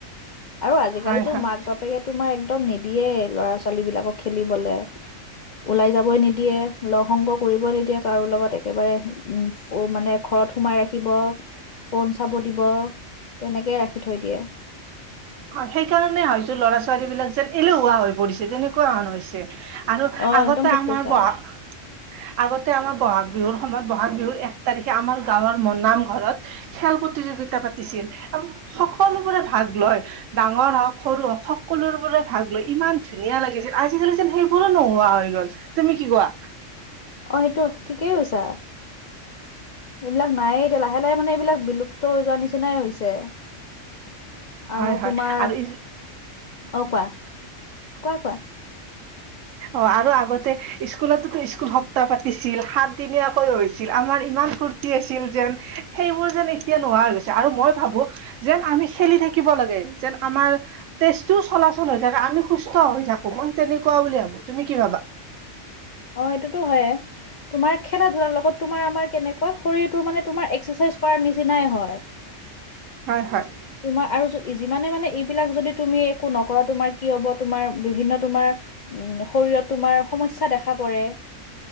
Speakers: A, on the left; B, on the right.
A: আৰু আজিকালিতো
B: হয় হয়
A: মাক বাপেকে তোমাৰ একদম নিদিয়ে ল'ৰা ছোৱালী বিলাকক। খেলিবলে। ওলাই যাবই নিদিয়ে, লগ সংগ কৰিব নিদিয়ে কাৰো লগত। একেবাৰে উ ফ, মানে ঘৰত সোমাই ৰাখিব, ফোন চাব দিব। তেনেকেই ৰাখি থৈ দিয়ে।
B: হয় সেইকাৰণে হয়তো ল'ৰা ছোৱালী বিলাক যেন এলেহুৱা হৈ পৰিছে তেনেকুৱা হেন হৈছে। আৰু
A: অ
B: আগতে
A: একদম ঠিক
B: আমাৰ
A: কৈছা
B: বহা
A: <inaudible>
B: আগতে আমাৰ বহাগ বিহুৰ সময়ত বহাগ বিহুৰ এক তাৰিখে আমাৰ গাঁৱৰ ম-নামঘৰত খেল প্ৰতিযোগি গিতা পাতিছিল আৰু সকলোবোৰে ভাগ লয়। ডাঙৰ হওক, সৰু হওক সকলোবোৰে ভাগ লৈ ইমান ধুনীয়া লাগিছিল, আজিকালি যেন সেইবোৰো নোহোৱা হয়। <unintelligible> তুমি কি কোৱা?
A: অ সেইটো ঠিকেই কৈছা, এইবিলাক নাই এতিয়া লাহে লাহে মানে এইবিলাক বিলুপ্ত হৈ যোৱাৰ নিচিনা নিচিনাই হৈছে। আৰু
B: হয় হয়
A: তোমাৰ
B: আৰু
A: অ' কোৱা, কোৱা-কোৱা?
B: অ' আৰু আগতে স্কুলতো স্কুল সপ্তাহ পাতিছিল, সাতদিনীয়াকৈ হৈছিল আমাৰ ইমান ফুুৰ্তি আছিল যেন, সেইবোৰ যেন এতিয়া নোহোৱা হৈ গৈছে আৰু মই ভাবোঁ যেন আমি খেলি থাকিব থাকিব লাগে। যেন আমাৰ তেজতো চলাচল হৈ থাকে আমি সুস্থ সুস্থ হৈ থাকো, মই তেনেকুৱা বুলি ভাবোঁ। তুমি কি ভাবা?
A: অ এইটোতো হয়ে তোমাৰ খেলা-ধূলাৰ লগত তোমাৰ, আমাৰ কেনেকুৱা শৰীৰটোৰ মানে তোমাৰ এক্সাৰচাইজ কৰাৰ নিচনা নিচিনাই হয়।
B: হয় হয়
A: তোমাৰ আৰু যি যিমানে মানে এইবিলাক যদি তুমি একো নকৰা, তোমাৰ কি হ'ব? তোমাৰ বিভিন্ন তোমাৰ উম' শৰীৰত তোমাৰ সমস্যা দেখা পৰে।